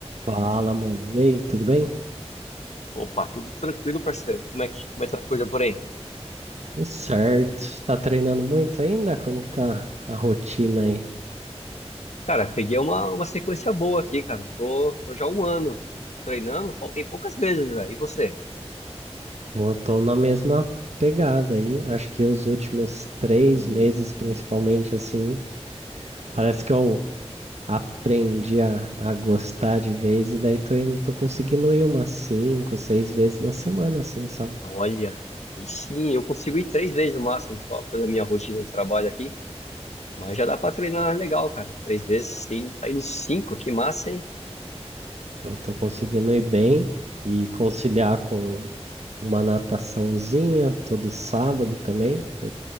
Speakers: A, on the right; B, on the left.
A: Fala, mano. E aí, tudo bem?
B: Opa, tudo tranquilo, parceiro. Como é que, como é que tá a coisa por aí?
A: Tudo certo. Tá treinando muito ainda? Como que tá a rotina aí?
B: Cara, peguei uma, uma sequência boa aqui, cara. Tô, tô já um ano treinando, faltei poucas vezes, velho. E você?
A: Eu tô na mesma pegada aí. Acho que os últimos três meses, principalmente, assim, parece que eu aprendi a, a gostar de vez e daí tô, indo- tô conseguindo ir umas cinco, seis vezes na semana, assim, sabe?
B: Olha, e sim, eu consigo ir três vezes no máximo, só pela minha rotina de trabalho aqui. Mas já dá pra treinar legal, cara. Três vezes, sim, tá indo cinco, que massa, hein?
A: Eu tô conseguindo ir bem e conciliar com uma nataçãozinha todo sábado também. Tô,